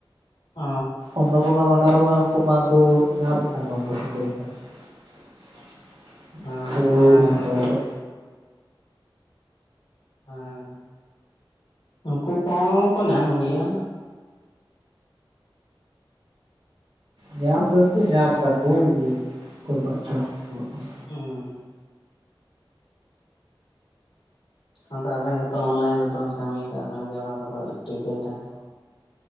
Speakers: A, on the left; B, on the right.
A: ᱚ
B: ᱚᱱᱱᱚᱯᱩᱨᱱᱟ ᱵᱷᱟᱸᱰᱟᱨ ᱨᱮ ᱩᱱᱠᱩ ᱢᱟᱠᱚ ᱧᱟᱢᱮᱫ ᱠᱟᱱ ᱩᱱ <unintelligible>
A: ᱦᱮᱸ ᱧᱟᱢ
B: ᱞᱮᱠᱟ <unintelligible> ᱵᱚᱞᱚ
A: ᱦᱮᱸ ᱩᱱᱠᱩ ᱠᱚᱦᱚᱸ ᱠᱚ ᱧᱟᱢ ᱜᱮᱭᱟ
B: ᱧᱟᱢ ᱫᱚ ᱪᱮᱫ ᱧᱟᱢ ᱫᱟᱠᱚ ᱤᱭᱟᱹ ᱚᱠᱚᱭ ᱠᱚᱣᱟᱜ ᱪᱚᱝ ᱵᱚᱞᱚᱜ ᱠᱟᱱᱟ᱾
A: ᱦᱩᱸ ᱟᱫᱚ ᱟᱵᱮᱱ ᱜᱮᱛᱚ ᱚᱱᱞᱟᱭᱤᱱ ᱨᱮᱫᱚ ᱵᱮᱱ ᱠᱟᱹᱢᱤ ᱠᱟᱜ- ᱟ ᱟᱵᱮᱱ ᱜᱮ ᱚᱱᱟ ᱠᱚᱫᱚ ᱮᱠᱴᱤᱵᱷ ᱵᱮᱱ ᱛᱟᱦᱮᱱᱟ